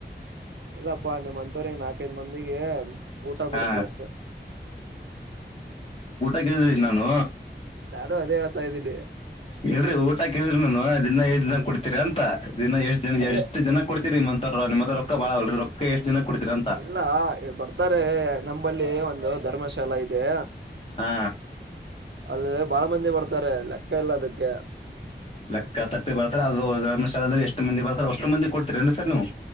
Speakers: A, on the right; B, on the left.
A: ಎಲ್ಲಪ್ಪ ನಿಮ್ಮ ಅಂತ ಇತ್ತವ್ರ ನಾಕೈದು ಮಂದಿಗೆ ಊಟ ಕೊಡ್ತೀವಿ
B: ಹಾ
A: ಅಷ್ಟೆ
B: ಕೇಳಿದೀಿ ನಾನು
A: ನಾನು ಅದೇ ಹೇಳ್ತಾ ಇದ್ದೀನಿ
B: ಹೇಳ್ರಿ ಊಟಾ ಇ ಹೇಳ್ರಿ ನಾನು ದಿನ ಏಷ್ಟ ದಿನ ಕುಡ್ತಿೀರಿ ಅಂತ ಇದನ್ನ ಎಷ್ಟ್ ಜ
A: ಅದೇ
B: ಎಷ್ಟ ಜನ ಕೊಡ್ತಿೀರಿ ಅಂತ ನಿಮ್ಮದ ರೊಕ್ಕ ಬಾಳ ಅಲ್ರಿ ರೊಕ್ಕ ಎಷ್ಟ್ ಜನ ಕೊಡ್ತೀರ ಅಂತ
A: ಇಲ್ಲ ಬರ್ತಾರೆ ನಂಬಲ್ಲಿ ಒಂದು ಧರ್ಮಶಾಲಾ ಇದೆ
B: ಹಾ
A: ಅಲ್ಲ ಬಾಳ ಮಂದಿ ಬರ್ತಾರೆ ಲೆಕ್ಕ ಇಲ್ಲ ಅದಕ್ಕೆ
B: ಲೆಕ್ಕ ತಪ್ಪಿ ಬರ್ತಾರೆ ಅದು ಗಥಾಲದಲ್ಲಿ ಎಷ್ಟು ಮಂದಿ ಬರ್ತಾರೆ ಅಷ್ಟೊ ಮಂದಿ ಕೊಡ್ತೀರ ನ್ರಿ ಸರ್ ನೀವು